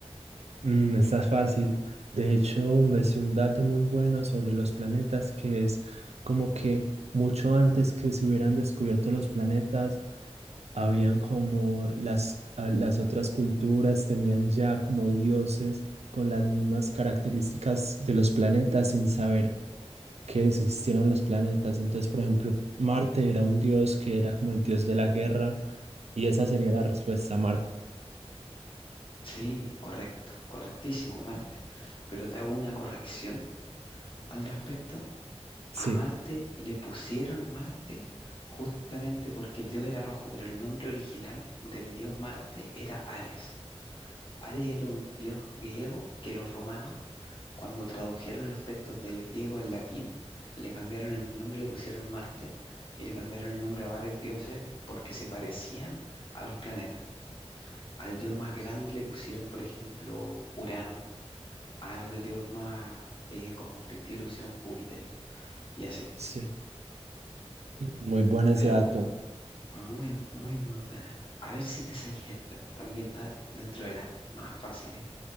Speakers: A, on the right (about 75°); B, on the left (about 50°).
A: Mm, está fácil. De hecho, me sé un dato muy bueno sobre los planetas, que es como que mucho antes que se hubieran descubierto los planetas, habían como las, a- las otras culturas tenían ya como dioses con las mismas características de los planetas sin saber que existieran los planetas. Entonces, por ejemplo, Marte era un dios que era como el dios de la guerra y esa sería la respuesta, Marte.
B: Sí, correcto, correctísimo, Marte. Pero te hago una corrección al respecto.
A: Sí,
B: A Marte le pusieron Marte justamente porque el dios era rojo, pero el nombre original del dios Marte era Ares. Ares era un dios griego que los romanos Cuando tradujeron los textos del griego al latín, le cambiaron el nombre, le pusieron Marte y le cambiaron el nombre a varios dioses porque se parecían a los planetas. Al dios más grande le pusieron, por ejemplo, Urano, al dios más eh, conflictivo le pusieron Júpiter y así.
A: sí. Muy bueno ese
B: Pero
A: dato.
B: muy, muy, muy buena. A ver si te sabes esta. También está dentro de las más fáciles.